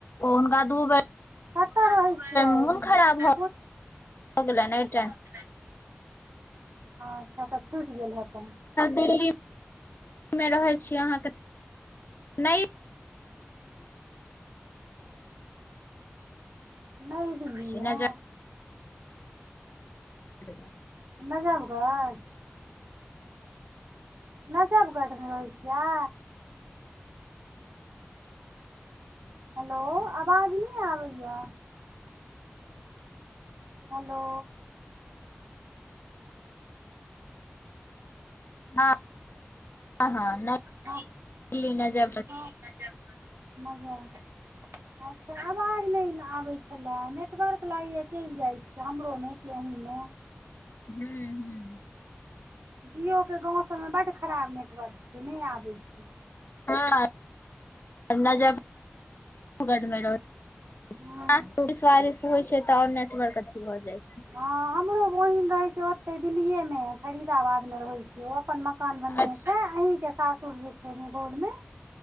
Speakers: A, on the left; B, on the right.
A: ओ हुनका दू बेर
B: कतऽ रहै छियै
A: मोन
B: दिल्लीमे
A: खराब भ गेलनि एहि टाइम
B: हँ अच्छा तऽ छुटि गेल हेतैन।
A: दिल्ली मे रहै छी अहाँके नहि
B: नई दिल्लीमे
A: <inaudible> छीनऽ। <inaudible>
B: नजबगढ। नजबगढ़ मे रहै छियै। हेलो आवाज नहि आबैया। हेलो।
A: हँ हँ नइ
B: हँ
A: दिल्ली नजबगढ मे।
B: हँ नजबगढ। अच्छा आवाज नहि आबैत छलए नेटवर्क लागैए चलि जाइत छैय। कि हमरो मे कि अहिमे।
A: हूँ- हूँ।
B: जिओके गाँव सबमे बड्ड खराब नेटवर्क छैय नहि आबैत छैय।
A: हँ नजबगढमे रहय
B: हँ
A: वारिश होइ छैय तऽ आओर नेटवर्क अथी भ जाइ छैय।
B: हँ हमरो बहिन रहै छैय ओते दिल्लीेयेमे फरीदाबाद मे रहै छैय ओ। अपन मकान बनने
A: अच्छा
B: छैय अहीं के सासुर जे छैय निगोलमे।